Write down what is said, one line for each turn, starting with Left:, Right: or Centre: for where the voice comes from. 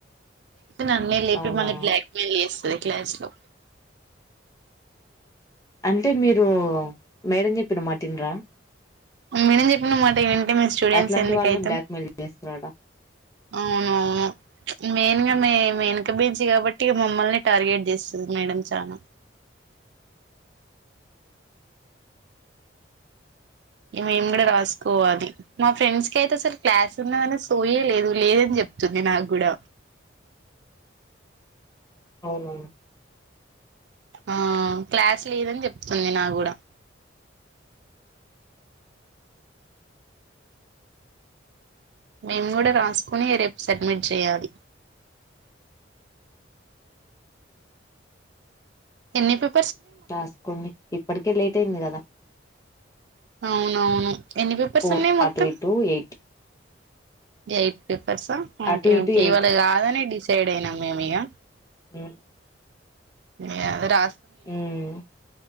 Right: నన్నే లేపి
Left: అవునా
Right: మనకి బ్లాక్ మెయిల్ చేస్తది క్లాస్ లో
Left: అంటే మీరు మేడం చెప్పిన మాట్ఇనరా
Right: మేడం చెప్పినమాట ఇంటే మేమ్ స్టూడెంట్స్
Left: అట్లాంటి
Right: ఎందుకైతం
Left: వాళ్ళని బ్లాక్ మెయిల్ చేస్తున్నాడా
Right: అవునువును మెయిన్గా మే మెయిన్ క్క బెంచి కాబట్టి మమ్మల్ని టార్గెట్ చేస్తుంది మేడం చానా ఇగ మేము కూడా రాస్కోవాలి మా ఫ్రెండ్స్ కైతే అసలు క్లాస్ ఉన్నదనే సోయె లేదు లేదని చెప్ వత్తుంది నాకు గూడా
Left: అవునా
Right: ఆ క్లాస్ లేదని చెప్తుంది నా గూడా మేము గూడా రాస్కుని రేపు సడ్మిట్ చేయాలి ఎన్ని ఫిప్
Left: రాస్కోండి ఇప్పటికే లేట్ అయింది కదా
Right: అవునవును ఎన్ని పేపర్స్
Left: ఫోర్
Right: ఉన్నాయి మొత్తం
Left: అటు ఇటు ఎయిట్
Right: ఎయిట్ పేపర్సా ఓకే
Left: అటు ఇటు
Right: ఓకే
Left: ఎయిట్
Right: ఇవాళ గాదని డిసైడ్ అయినాం మేము ఇగ
Left: హ్మ్
Right: ఏంది రా
Left: హ్మ్